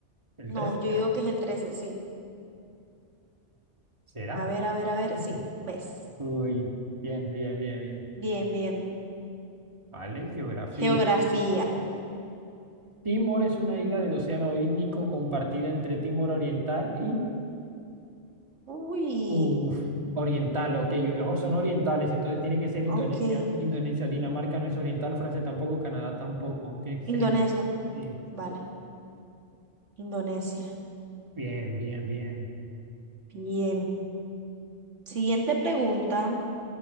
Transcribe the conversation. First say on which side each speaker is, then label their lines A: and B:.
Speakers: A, on the right (about 25°); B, on the right (about 85°).
A: el
B: No,
A: tres
B: yo
A: ¿será?
B: digo que es el trece sí.
A: ¿Será?
B: A ver, a ver, a ver,
A: Mm.
B: sí. ¿Ves?
A: Uy, bien, bien, bien, bien.
B: Bien, bien.
A: Vale, geografía.
B: Geografía.
A: Timor es una isla del Océano Índico compartida entre Timor Oriental y
B: Uy,
A: Uf, oriental, ok, ojos son orientales, entonces tiene que ser Indonesia.
B: ok.
A: Indonesia, Dinamarca no es oriental, Francia tampoco, Canadá tampoco, tiene que
B: Indonesia.
A: ser Indonesia. Sí,
B: Vale, Indonesia.
A: Bien, bien, bien.
B: Bien. Siguiente pregunta.